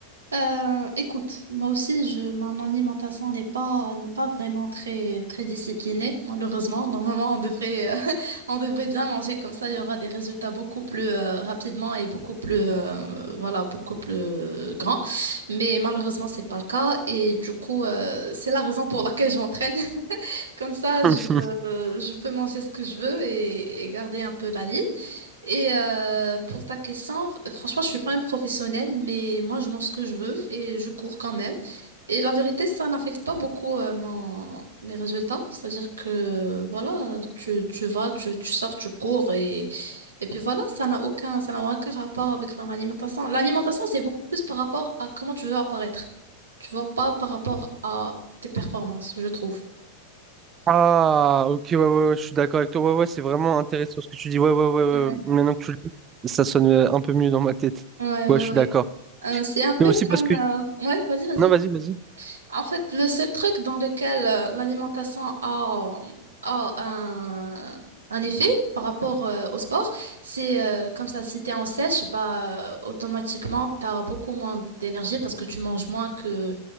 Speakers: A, on the right; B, on the right.
A: Euh, écoute, moi aussi, je, mon alimentation n'est pas, n'est pas vraiment très, très disciplinée, malheureusement. Normalement, on devrait, euh, <laughs> on devrait bien manger, comme ça, il y aura des résultats beaucoup plus euh, rapidement et beaucoup plus, euh, voilà, beaucoup plus grands. Mais malheureusement, c'est pas le cas. Et du coup, euh, c'est la raison pour laquelle je m'entraîne. Comme ça,
B: <laughs>
A: je, euh, je peux manger ce que je veux et, et garder un peu la ligne. Et euh, pour ta question, f- franchement, je suis pas une professionnelle, mais moi, je mange ce que je veux et je cours quand même. Et la vérité, ça n'affecte pas beaucoup euh, mon, mes résultats. C'est-à-dire que, voilà, tu, tu vas, tu, tu sors, tu cours et, et puis voilà, ça n'a aucun, ça n'a aucun rapport avec mon alimentation. L'alimentation, c'est beaucoup plus par rapport à comment tu veux apparaître. Tu vois, pas par rapport à tes performances, je trouve.
B: Mhm. Ah, ok, ouais, ouais, ouais, je suis d'accord avec toi. Ouais, ouais, c'est vraiment intéressant ce que tu dis. Ouais, ouais, ouais, ouais.
A: Ouais,
B: ouais. Maintenant que tu le dis, ça sonne euh, un peu mieux dans ma tête.
A: ouais,
B: Ouais,
A: ouais.
B: je suis
A: ouais.
B: d'accord.
A: Euh, c'est un peu
B: Mais aussi parce
A: comme...
B: que...
A: euh, Ouais, vas-y, vas-y.
B: Non, vas-y, vas-y.
A: En fait, le seul truc dans lequel euh, l'alimentation a, a un, un effet par rapport euh, au sport, c'est euh, comme ça, si t'es en sèche, bah, euh, automatiquement, t'as beaucoup moins d'énergie parce que tu manges moins que,